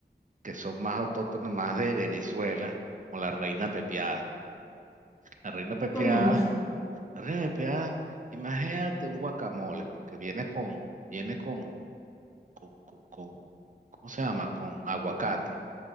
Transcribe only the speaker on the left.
¿Cómo es eso?